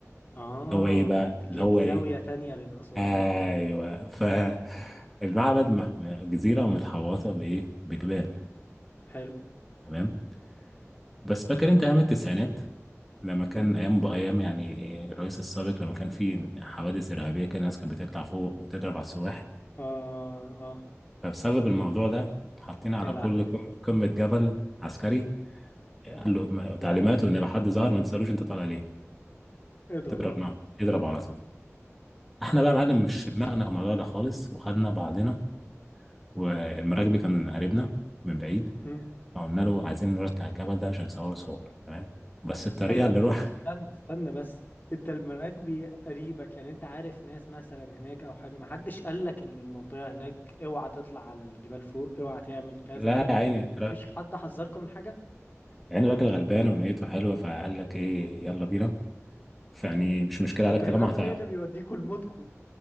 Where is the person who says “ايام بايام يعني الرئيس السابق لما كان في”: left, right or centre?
Centre